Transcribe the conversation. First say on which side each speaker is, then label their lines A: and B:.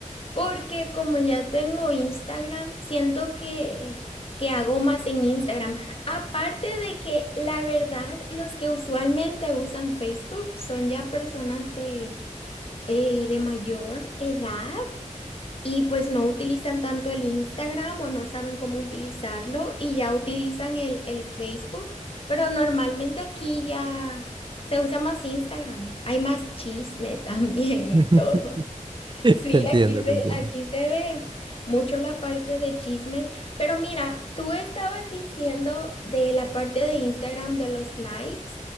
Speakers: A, on the left (about 45°); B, on the right (about 35°).
A: porque como ya tengo Instagram, siento que, que hago más en Instagram. Aparte de que la verdad los que usualmente usan Facebook son ya personas de, eh, de mayor edad. Y pues no utilizan tanto el Instagram o no saben cómo utilizarlo y ya utilizan el, el Facebook, pero normalmente aquí ya se usa más Instagram. Hay más chisme <laughs> también
B: <laughs>
A: y todo. <laughs> Sí,
B: Te entiendo,
A: aquí se,
B: te entiendo.
A: aquí se ve mucho la parte de chismes, pero mira, tú estabas diciendo de la parte de Instagram de los likes